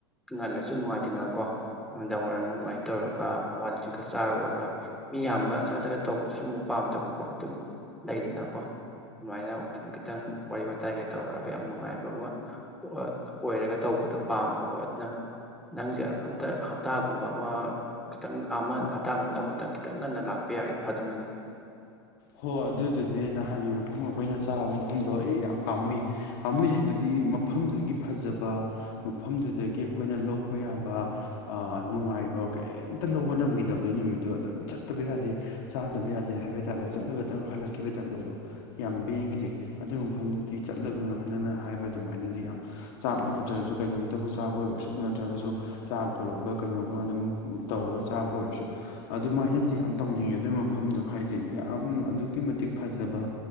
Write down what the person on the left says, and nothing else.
ꯍꯣ ꯑꯗꯨꯗꯨꯅꯦ ꯅꯍꯥꯟꯒꯤ ꯃꯐꯝ ꯑꯩꯈꯣꯏꯅ ꯆꯥꯕ ꯃꯐꯝꯗꯣ ꯑꯩ ꯌꯥꯝ ꯄꯥꯝꯃꯨꯏ ꯄꯥꯝꯃꯨꯏ ꯍꯥꯏꯕꯗꯤ ꯃꯐꯝꯗꯨꯒꯤ ꯐꯖꯕ ꯃꯐꯝꯗꯨꯗꯒꯤ ꯑꯩꯈꯣꯏꯅ ꯂꯧꯕ ꯌꯥꯕ ꯅꯨꯡꯉꯥꯏꯕ ꯀꯩꯝꯇ ꯂꯧꯕ ꯅꯪꯈꯤꯗꯕꯗꯣ ꯅꯨꯃꯤꯠꯇꯣ ꯑꯗꯨꯝ ꯆꯠꯇꯕ ꯌꯥꯗꯦ ꯆꯥꯗꯕ ꯌꯥꯗꯦ ꯍꯥꯏꯕ ꯇꯥꯔꯦ ꯆꯠꯂꯒꯇꯪ ꯍꯜꯂꯛꯈꯤꯕ ꯇꯥꯏꯞꯇꯧꯗꯣ ꯌꯥꯝ ꯦꯡꯈꯤꯗꯦ ꯑꯗꯨꯕ ꯃꯐꯝꯗꯨꯗꯤ ꯆꯠꯂꯒ ꯍꯅ ꯍꯥꯏꯕ ꯑꯗꯨꯃꯥꯏꯅꯗꯤ ꯌꯥꯝ ꯆꯥꯛꯃꯨꯛ ꯅꯠꯇ꯭ꯔꯒꯁꯨ ꯀꯩꯅꯣꯝꯇꯕꯨ ꯆꯥꯕ ꯑꯣꯏꯔꯁꯨ ꯅꯠꯇ꯭ꯔꯒꯁꯨ ꯆꯥꯛ ꯄꯨꯔꯒ ꯀꯩꯅꯣꯝꯃ ꯑꯗꯨꯝ ꯇꯧꯔꯒ ꯆꯥꯕ ꯑꯣꯏꯔꯁꯨ ꯑꯗꯨꯃꯥꯏꯅꯗꯤ ꯌꯥꯝ ꯇꯧꯅꯤꯡꯉꯦ ꯑꯗꯨꯕ ꯃꯐꯝꯗꯣ ꯍꯥꯏꯗꯤ ꯌꯥꯝ ꯑꯗꯨꯛꯀꯤ ꯃꯇꯤꯛ ꯐꯖꯕ